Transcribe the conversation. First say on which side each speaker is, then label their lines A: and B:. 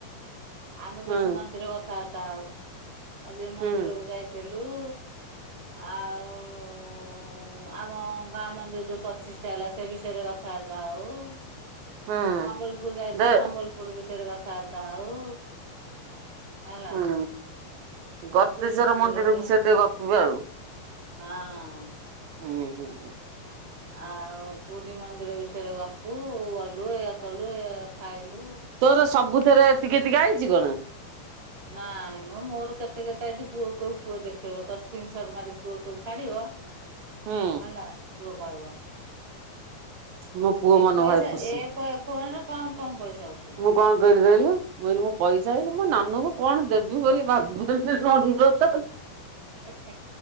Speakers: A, on the right; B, on the right.
A: ଆମେ
B: ହୁଁ
A: ବେଶୀ ମନ୍ଦିର କଥାବାର୍ତ୍ତା ହଉ ଆଜି ମନ୍ଦିରକୁ
B: ହୁଁ
A: ଯାଇଥିଲୁ। ଲୋ ଆଉ ଆମ ଗାଁ ମନ୍ଦିର ଯୋଉ ପଚିଶଟା ହେଲା ସେ ବିଷୟରେ <unintelligible>
B: ହୁଁ
A: ସମ୍ବଲପୁର ଯାଇଥିଲୁ
B: ଦେ
A: ସମ୍ବଲପୁର ବିଷୟରେ କଥାବାର୍ତ୍ତା ହଉ। ହେଲା।
B: ହୁଁ
A: ଆଜି
B: ଗତେଶ୍ଵର
A: ପୁରୀ ମନ୍ଦିରରେ
B: ମନ୍ଦିର ବି ସେ ଟେ ଗପିବେ ଆଉ।
A: ହଁ।
B: <inaudible>
A: ଆଉ ପୁରୀ ମନ୍ଦିର ବିଷୟରେ ଗପୁ ଗଲୁ ଇଆ କଲୁ ଇଆ ଖାଇଲୁ।
B: ତୋର ସବୁଥରେ ଏତିକି ଏତିକି ଆଇଛି କଣ
A: ନାଇଁ ମୁଁ ମୋର କେତେ କେତେ ଅଛି ପୁଅ କଉ ପୁଅ ଦେଖ ସ୍କ୍ରିନସଟ ମାରିକି ପୁଅ କୋଉ ଛାଡିବ।
B: ହୁଁ
A: ହେଲା ପୁଅ କହିବ।
B: ମୋ ପୁଅ
A: ଏ
B: ମନ
A: ପଇସା
B: ଭାରି ଖୁସି
A: ଏ ଫୋନରେ କମ କମ ପଇସା ହଉଛି
B: ମୁଁ କଣ କହିଲି କହିଲୁ ମୁଁ କହିଲି ମୁଁ ପଇସା ଆଇଲେ ମୋ ନାନୁ କ କଣ ଦେବି ବୋଲି ଭାବିପାରୁନି। ନନ ରଥ
A: ହଁ।